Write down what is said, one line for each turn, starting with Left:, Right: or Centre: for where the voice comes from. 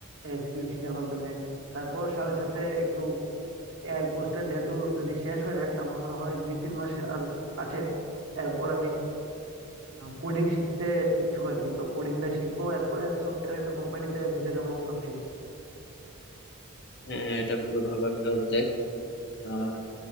Right: স্কিল শেখার মাধ্যমে তারপর সাথে সাথে একটু এআই কোর্সটা যেহেতু যদি শেষ হয়ে যায় আমার মনে হয় দুই তিন মাস আর আছে এরপর আমি কোডিং শিখতে ইচ্ছুক আর কি তো কোডিংটা শিখবো এরপরে সফটওয়্যার একটা কোম্পানিতে ঢুকে যাবো ভাবছি
Left: হ্যাঁ, এটা খুবই ভালো একটা উদ্যোগ আর